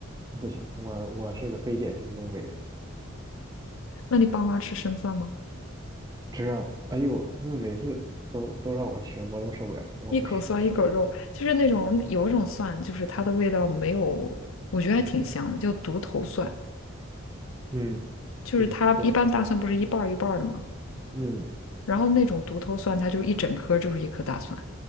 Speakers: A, on the right; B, on the left.
A: 不行。我我是个非典型东北人，
B: 那你爸妈吃生蒜吗？
A: 只要，哎呦，他们每次都都让我吃，我都受不了，我不吃不吃，
B: 一口蒜一口肉，就是那种有一种蒜，就是它的味道没有，我觉得还挺香的，叫独头蒜。
A: 嗯，
B: 就是它一般大蒜不是一半儿一半儿的吗？
A: 不行，我，嗯，
B: 然后那种独头蒜，它就一整颗就是一颗大蒜，